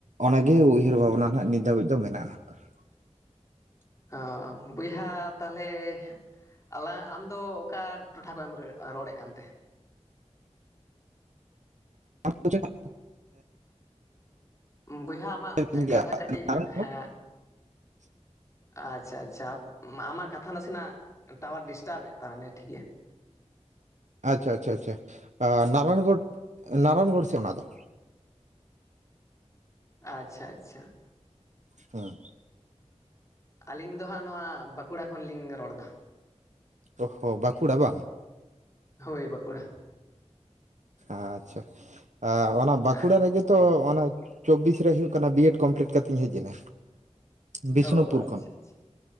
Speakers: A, on the right; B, on the left.
A: ᱚᱱᱟᱜᱮ ᱩᱭᱦᱟᱹᱨ ᱵᱷᱟᱵᱽᱱᱟ ᱱᱷᱟᱜ ᱱᱤᱛ ᱫᱷᱟᱹᱵᱤᱡ ᱫᱚ ᱢᱮᱱᱟᱜᱼᱟ <unintelligible>
B: ᱟᱻ ᱵᱚᱭᱦᱟ ᱛᱟᱦᱞᱮ, ᱟᱞᱟᱝ ᱟᱢᱫᱚ ᱚᱠᱟ ᱴᱚᱴᱷᱟ ᱠᱷᱚᱭᱮᱜ ᱮᱢ ᱨᱚᱲᱮᱫ ᱠᱟᱱᱛᱮ।
A: ᱟᱪ <unintelligible>
B: ᱵᱚᱭᱦᱟ ᱟᱢᱟᱜ
A: ᱜᱮᱭᱟ
B: ᱠᱟᱛᱷᱟ ᱠᱟᱹᱴᱤᱡ
A: ᱱᱟᱨᱟᱭᱚᱱᱜᱚᱲ
B: ᱦᱮᱸ,
A: <inaudible>
B: ᱟᱪᱪᱷᱟ ᱟᱪᱪᱷᱟ ᱟᱢᱟᱜ ᱠᱟᱛᱷᱟ ᱱᱟᱥᱮᱱᱟᱜ ᱴᱟᱣᱟᱨ ᱰᱤᱥᱴᱟᱵᱮᱫ ᱛᱟᱵᱮᱱᱟ ᱴᱷᱤᱠ ᱜᱮᱭᱟ।
A: ᱟᱪᱪᱷᱟ ᱟᱪᱪᱷᱟ ᱟᱪᱪᱷᱟ, ᱱᱟᱨᱟᱱᱜᱚᱲ ᱱᱟᱨᱟᱱᱜᱚᱲ ᱥᱮ ᱚᱱᱟ ᱫᱚ,
B: ᱟᱪᱪᱷᱟ ᱟᱪᱪᱷᱟ,
A: ᱦᱩᱸ
B: ᱟᱹᱞᱤᱧ ᱫᱚ ᱦᱟᱸᱜ ᱱᱚᱣᱟ ᱵᱟᱸᱠᱩᱲᱟ ᱠᱷᱚᱱᱞᱤᱧ ᱨᱚᱲᱫᱟ।
A: ᱚᱦᱚᱻ ᱵᱟᱠᱩᱲᱟ ᱵᱟᱝ,
B: ᱦᱚᱭ ᱵᱟᱠᱩᱲᱟ,
A: ᱟᱪᱪᱷᱟ ᱟᱻ ᱚᱱᱟ ᱵᱟᱠᱩᱲᱟ
B: ᱟᱨ
A: ᱨᱮᱜᱮ ᱛᱚ ᱚᱱᱟ ᱪᱚᱵᱽᱵᱤᱥ ᱨᱮ ᱦᱩᱭᱩᱜ ᱠᱟᱱᱟ ᱵᱤᱭᱮᱰ ᱠᱚᱢᱯᱞᱤᱴ ᱠᱟᱛᱮᱧ ᱦᱮᱡ ᱮᱱᱟ ᱵᱤᱥᱱᱚᱯᱩᱨ
B: ᱚ ᱟᱪᱪᱷᱟ
A: ᱠᱷᱚᱱ
B: ᱟᱪᱪᱷᱟ